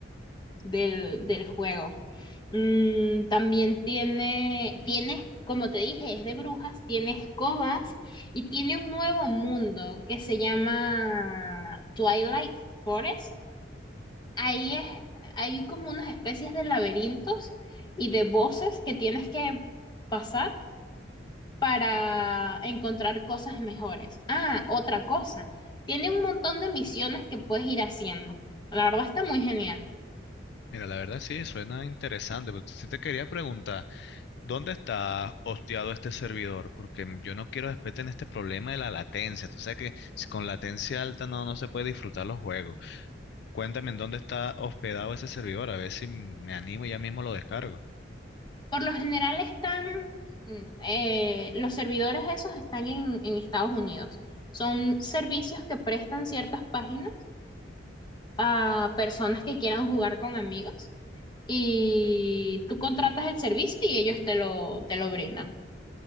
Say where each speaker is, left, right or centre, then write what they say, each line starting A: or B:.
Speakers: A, on the left; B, on the left.
A: del, del juego. Mm, también tiene, tienes, como te dije, es de brujas, tiene escobas y tiene un nuevo mundo que se llama Twilight Forest. Ahí es, hay como unas especies de laberintos y de voces que tienes que pasar para encontrar cosas mejores. Ah, otra cosa, tiene un montón de misiones que puedes ir haciendo. La verdad está muy genial.
B: Mira, la verdad sí, suena interesante, pero sí te quería preguntar, ¿dónde está hosteado este servidor? Porque yo no quiero después tener este problema de la latencia. Tú sabes que si con latencia alta no, no se puede disfrutar los juegos. Cuéntame en dónde está hospedado ese servidor, a ver si me animo y ya mismo lo descargo.
A: Por lo general están, eh, los servidores esos están en, en Estados Unidos. Son servicios que prestan ciertas páginas a personas que quieran jugar con amigos y tú contratas el servicio y ellos te lo, te lo brindan.